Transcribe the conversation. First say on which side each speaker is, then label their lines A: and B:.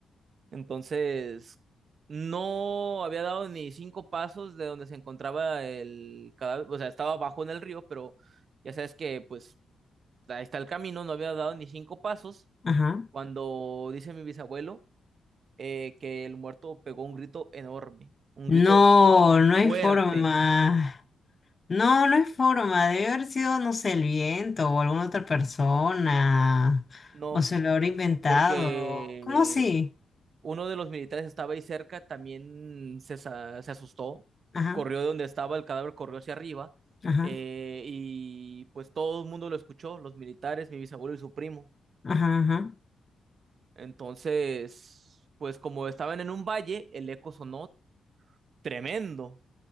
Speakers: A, on the right (about 55°); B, on the left (about 30°).
A: Entonces, no había dado ni cinco pasos de donde se encontraba el cadáver, o sea, estaba abajo en el río, pero ya sabes que pues ahí está el camino, no había dado ni cinco pasos
B: Ajá.
A: cuando dice mi bisabuelo eh, que el muerto pegó un grito enorme, un
B: No,
A: grito
B: no
A: fuerte,
B: hay forma. No, no es forma. Debe haber sido, no sé, el viento o alguna otra persona.
A: ¿no?
B: O se lo habrá inventado.
A: Porque
B: ¿Cómo así?
A: Uno de los militares estaba ahí cerca, también se, sa- se asustó,
B: Ajá,
A: corrió de donde estaba el cadáver, corrió hacia arriba,
B: ajá,
A: eh, y pues todo el mundo lo escuchó, los militares, mi bisabuelo y su primo.
B: ajá, ajá.
A: Entonces, pues como estaban en un valle, el eco sonó tremendo,